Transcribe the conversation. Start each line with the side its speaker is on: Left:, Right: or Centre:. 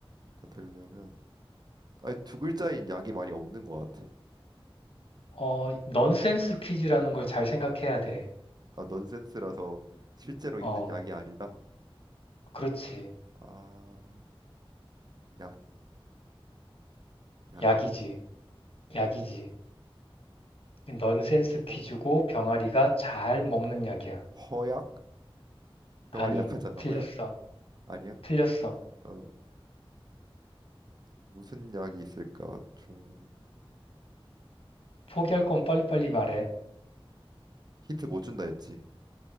Right: 되려면 아니, 두 글자인 약이 많이 없는 것 같아.
Left: 어, 넌센스 퀴즈라는 걸 잘 생각해야 돼.
Right: 아, 넌센스라서 실제로 있는
Left: 어,
Right: 약이 아니다.
Left: 그렇지.
Right: 아. 약, 약,
Left: 약이지. 약이지. 넌센스
Right: 허,
Left: 퀴즈고 병아리가 잘 먹는 약이야.
Right: 허약? 병아리
Left: 아니,
Right: 약하지 않나?
Left: 틀렸어.
Right: 허약? 아니야?
Left: 틀렸어.
Right: 어, 무슨 약이 있을까? 중,
Left: 포기할 건 빨리빨리 말해.
Right: 힌트 못 준다 했지.